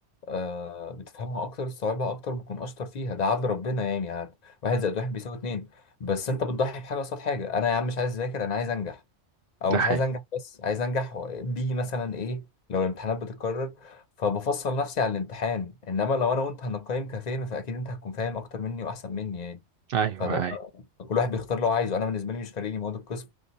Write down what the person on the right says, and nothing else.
ده
حقيقي
ايوه
ايوه